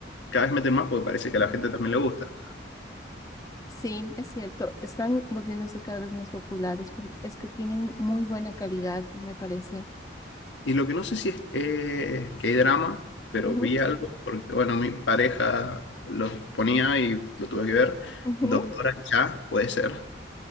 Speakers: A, on the left (about 75°); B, on the left (about 20°).
A: cada vez meten más porque parece que a la gente también le gusta.
B: sí, es cierto. Están volviéndose cada vez más populares, pero es que tienen muy buena calidad, me parece.
A: Y lo que no sé si es eh, que hay drama, pero
B: Ujú,
A: vi algo, porque bueno, mi pareja lo ponía y lo tuve que ver.
B: ujú.
A: Doctora Cha, puede ser.